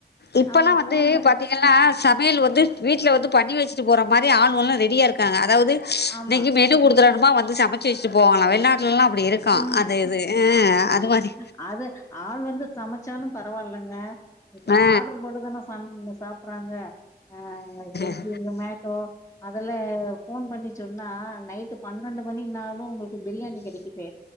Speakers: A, on the left (about 80°); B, on the left (about 15°).
A: இப்பல்லா
B: ஆமா
A: வந்து
B: ஃபோன் ப
A: பாத்தீங்கன்னா சமையல் வந்து வீட்ல வந்துப் பண்ணி வச்சுட்டு போற மாரி ஆளுவல்லா ரெடியா இருக்காங்க அதாவது
B: ஆமா
A: நீங்க மெனு குடுத் வித விதமா வந்து சமச்சு வச்சுட்டு போவாங்களா வெள்னாட் லல்லா அப்படி இருக்கா
B: ம்
A: அது இது ஆ
B: ஆமா ஆமாங்க
A: அது மாரி
B: அது ஆள் வந்து சமைச்சாலு பரவாயில்லங்க இப்ப
A: ஆ
B: ஆர்டர் போட்டு தான சாப் சாப்பறாங்க ஆ சுக்கி
A: ஆ
B: ஜொமேட்டோ அதுல ஃபோன் பண்ணி சொன்னா நைட்டு பன்னண்டு மணி ன்னாலு உங்களுக்கு பிரியாணி கெடைக்குது